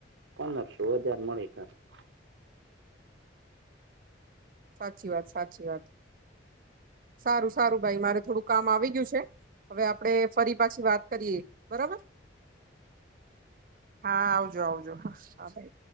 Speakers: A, on the right (about 75°); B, on the right (about 45°).
A: પંદરસો હજાર મળે ખાર <unintelligible>
B: સાચી વાત સાચી વાત સારું સારું ભાઈ મારે થોડું કામ આવી ગયું <unintelligible> હવે આપડે ફરી પાછી વાત કરીએ બરાબર હા આવજો <unintelligible> જોા ભાઈ